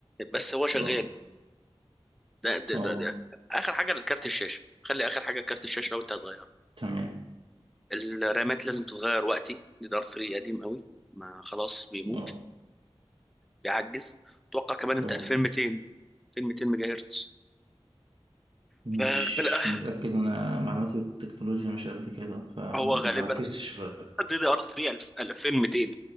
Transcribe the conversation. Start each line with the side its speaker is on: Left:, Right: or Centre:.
Centre: بس هو شغال
Right: طب
Centre: ده ده
Right: اه
Centre: ده, ده. اخر حاجه لكارت الشاشه خلي اخر حاجه كارت الشاشه لو انت هتغيره
Right: تمام
Centre: الرامات لازم تتغير وقتي دي دار 3 قديم قوي ما خلاص بيموت
Right: اه
Centre: بيعجز اتوقع كمان انت
Right: اه
Centre: 2200 2200 ميجا هرتز
Right: مش
Centre: ففي الأ-
Right: متأكد أنا معلوماتي بالتكنولوجيا مش قد كده فمركزتش
Centre: هو غالبا
Right: في
Centre: دي دي ار 3 2200